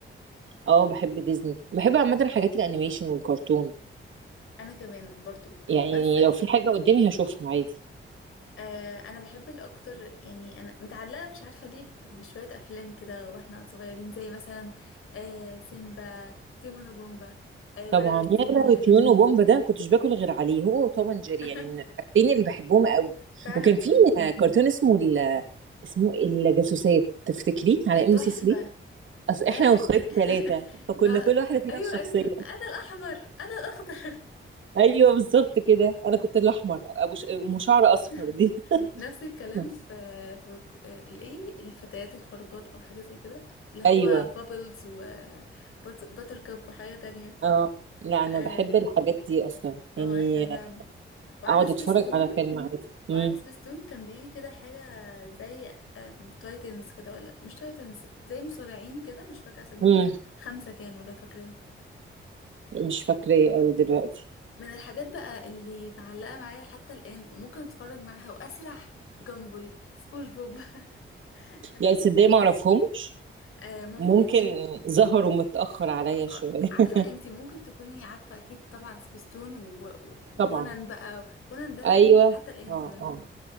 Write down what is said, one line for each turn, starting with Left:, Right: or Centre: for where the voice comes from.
Right: اه بحب ديزني بحب عامه حاجات الانيميشن والكرتون
Left: انا كمان برضو
Right: يعني
Left: بس
Right: لو في حاجه قدامي هشوفها عادي
Left: آه انا بحب الاكتر يعني انا متعلقه مش عارفه ليه ب- بشويه افلام كده واحنا صغيرين زي مثلا آه سيمبا تيمون وبومبا آه بره
Right: طبعا
Left: بنزين
Right: يا لهوي
Left: الحاجات
Right: تيون
Left: دي
Right: وبومبا ده كنتش باكل غير عليه هو وتوم اند جيري
Left: <laughs>
Right: يعني من الحاجتين اللي بحبهم قوي
Left: فعلا
Right: وكان في
Left: فعلا
Right: كرتون اسمه ال اسمه الجاسوسات تفتكريه
Left: ده
Right: على
Left: تحفه
Right: ام بي سي 3 اصل
Left: ده
Right: احنا واخواتي
Left: <laughs>
Right: ثلاثه فكنا
Left: نا...
Right: كل واحده فينا
Left: ايوه
Right: الشخصيه
Left: ايوه انا الاحمر انا الاخضر
Right: ايوه بالظبط كده انا كنت الاحمر ابو ش... ام شعر اصفر
Left: <laughs>
Right: دي
Left: نفس الكلام
Right: <laughs>
Left: في في الايه الفتيات الخارقات او حاجه زي كده اللي هو
Right: ايوه
Left: بابلز و باتر كاب وحاجه تانية
Right: اه لا انا
Left: اه
Right: بحب الحاجات دي اصلا
Left: آه،
Right: يعني
Left: احنا فعلا وعلى
Right: اقعد
Left: سبيستون
Right: اتفرج على فيلم عادي
Left: وعلى
Right: امم
Left: سبيستون كان بيجي كده حاجه زي تايتنز كده ولا مش تايتنز زي مصارعين كده مش فاكره اساميهم
Right: امم
Left: خمسه كانوا لا فاكراهم
Right: مش فاكراه قوي دلوقتي
Left: من الحاجات بقى اللي معلقة معايا حتى الآن وممكن اتفرج معاها واسرح جامبل سبونج بوب <laughs> الحاجات
Right: لا
Left: دي
Right: تصدقي ما اعرفهمش
Left: آه ممكن
Right: ممكن ظهروا متاخر عليا شويه
Left: آه
Right: <laughs>
Left: عارفة انتي ممكن تكوني عارفة اكيد طبعا سبيستون و- وكونان
Right: طبعا
Left: بقى كونان ده
Right: ايوه
Left: حتى الآن
Right: اه
Left: كونان
Right: اه